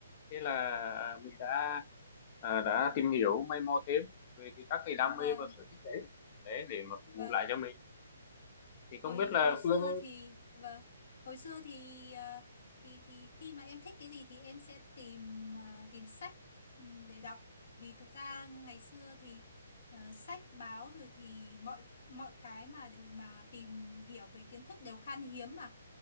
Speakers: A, on the left; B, on the left.
A: thế là à, mình đã à, đã tìm hiểu mày mò thêm về cái, các cái đam
B: vâng,
A: mê và sở thích đấy đấy để mà phục
B: vâng.
A: vụ lại cho mình thì
B: hồi
A: không biết là
B: hồi xưa
A: Phương
B: thì vâng hồi xưa thì ờ, thì thì khi mà em thích cái gì thì em sẽ tìm ờ, tìm sách ừm, để đọc vì thực ra ngày xưa thì ờ, sách báo rồi thì mọi mọi cái mà để mà tìm hiểu về kiến thức đều khan hiếm mà